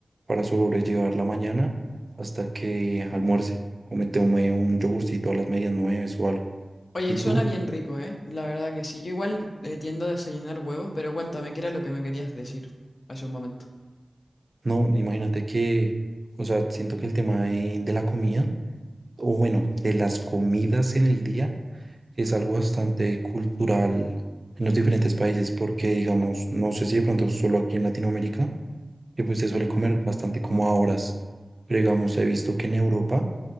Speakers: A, on the right; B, on the left.
A: para sobrellevar la mañana hasta que almuerce o me tome un yogurcito a las medias nueve o algo.
B: Oye,
A: ¿Y
B: suena
A: tú?
B: bien rico, ¿eh? La verdad que sí. Yo igual eh, tiendo a desayunar huevos, pero cuéntame, ¿qué era lo que me querías decir hace un momento?
A: No, imagínate que, o sea, siento que el tema de, de la comida, o bueno, de las comidas en el día, es algo bastante cultural en los diferentes países, porque digamos, no sé si de pronto solo aquí en Latinoamérica, que pues se suele comer bastante como a horas, pero digamos, he visto que en Europa